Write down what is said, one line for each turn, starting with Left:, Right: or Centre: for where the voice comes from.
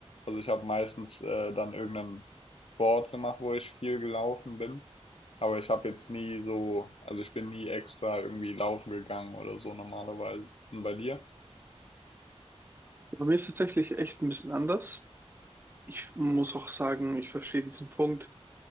Left: Also ich habe meistens äh, dann irgendeinen Sport gemacht, wo ich viel gelaufen bin. Aber ich habe jetzt nie so, also ich bin nie extra irgendwie laufen gegangen oder so normalerweise. Und bei dir?
Right: Bei mir ist es tatsächlich echt ein bisschen anders. Ich muss auch sagen, ich verstehe diesen Punkt.